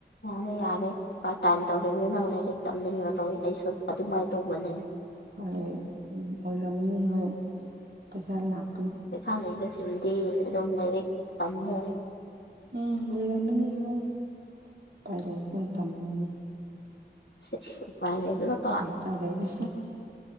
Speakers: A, on the left; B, on the right.
A: ꯌꯥꯔꯦ ꯌꯥꯔꯦ ꯄꯥꯔꯠ ꯇꯥꯏꯝ ꯇꯧꯔꯦꯒ ꯅꯪ ꯂꯥꯏꯔꯤꯛ ꯇꯝꯅꯤꯡꯉꯔꯣꯏ ꯑꯩꯁꯨ ꯑꯗꯨꯃꯥꯏꯅ ꯇꯧꯕꯅꯦ
B: ꯍꯣꯏ ꯎ ꯑꯣꯏꯔꯝꯅꯤ ꯍꯣꯏ ꯄꯩꯁꯥ ꯂꯥꯛ
A: ꯄꯩꯁꯥ ꯂꯩꯕꯁꯤꯡꯗꯤ ꯑꯗꯨꯝ ꯂꯩꯔ ꯇꯝꯃꯦ
B: ꯎꯝ ꯂꯩꯔꯝꯃꯤꯅꯤ ꯍꯥꯏ ꯄꯥꯏ ꯂꯩꯥꯛꯒ ꯇꯝꯃꯤꯅꯤ
A: <unintelligible>
B: ꯄꯥꯏꯗꯔꯤ